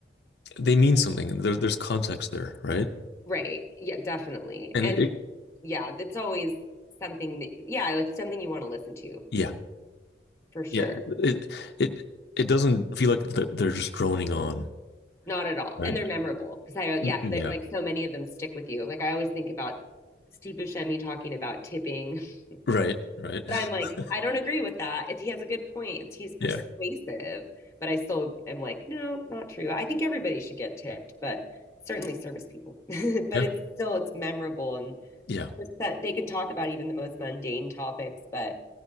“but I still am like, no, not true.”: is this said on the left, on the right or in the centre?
Left